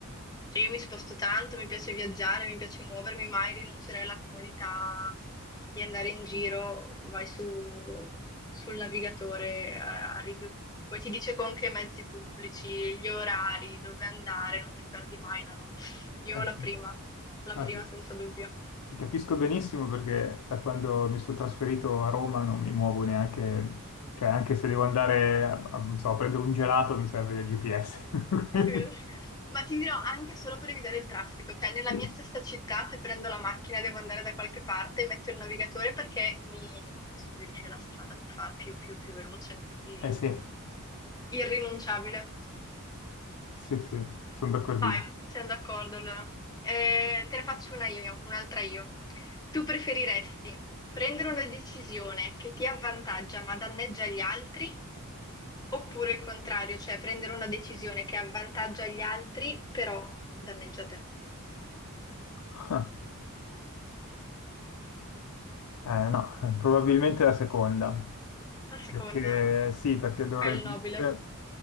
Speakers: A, on the left; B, on the left.
A: Cioè, io mi sposto tanto, mi piace viaggiare, mi piace muovermi, mai rinuncerei alla comodità di andare in giro, vai su, sul navigatore, a- arrivi ovunque, Poi ti dice con che mezzi pubblici, gli orari, dove andare, non ti perdi mai, no, no. Io
B: Eh sì,
A: la prima, la
B: ah,
A: prima
B: ti
A: senza dubbio.
B: ti capisco benissimo perché da quando mi sono trasferito a Roma non mi muovo neanche, cioè anche se devo andare a, a- non so, a prendere un gelato mi serve il GPS.
A: È vero,
B: <laughs>
A: sì. Ma ti dirò anche solo per evitare il traffico, cioè nella
B: Sì.
A: mia stessa città se prendo la macchina e devo andare da qualche parte, metto il navigatore perché mi, mi suggerisce la strada più, fa- più, più, più veloce, quindi
B: Eh sì,
A: irrinunciabile.
B: sì, sì, sono d'accordissimo.
A: Vai, siamo d'accordo allora. Eh, te ne faccio una io, un'altra io. Tu preferiresti prendere una decisione che ti avvantaggia ma danneggia gli altri, oppure il contrario, cioè prendere una decisione che avvantaggia gli altri però danneggia te?
B: <laughs> Eh, no, <laughs> eh, probabilmente la seconda,
A: La seconda
B: perché sì, perché dovrei
A: è il nobile.
B: comunque